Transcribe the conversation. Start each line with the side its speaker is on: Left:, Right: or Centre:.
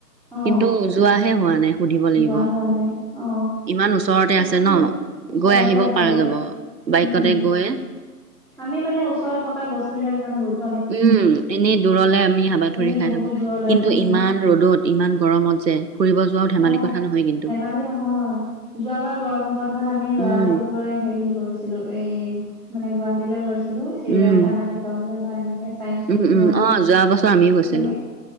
Centre: অ
Right: কিন্তু যোৱাহে হোৱা নাই স দিব লাগিব।
Centre: যোৱা হোৱা নাই অ
Right: ইমান ওচৰতে
Centre: তাকে
Right: আছে ন।
Centre: ওচৰতে
Right: গৈ আহিব
Centre: আছে
Right: পাৰা যাব,
Centre: উম
Right: বাইকতে গৈ।
Centre: আমি মানে ওচৰত থকা বস্তু বিলাক ইমান গুৰুত
Right: উম, এনেই দূৰলে আমি হাবাথুৰি
Centre: এনেই
Right: খাই
Centre: বহুত
Right: থাকো।
Centre: দূৰলৈ
Right: কিন্তু
Centre: উম
Right: ইমান ৰ'দত ইমান গৰমত যে ফুৰিব যোৱাও ধেমালি
Centre: অ,
Right: কথা নহয় কিন্তু
Centre: ধেমালি নহয়। যোৱাবাৰ গৰমৰ বন্ ন্ধত আমি ল'ৰাটোক
Right: উম
Centre: লৈ হেৰি গৈছিলো, এই, মানে গুৱাহাটীলৈ গৈছিলো। চিৰিয়াখানা
Right: উম
Centre: দেখুৱাবলৈ বা এনেকে চাইন্স
Right: উম
Centre: মিউজিয়াম
Right: উম অ যোৱা বছৰ আমিও গৈছিলো
Centre: তেনেকে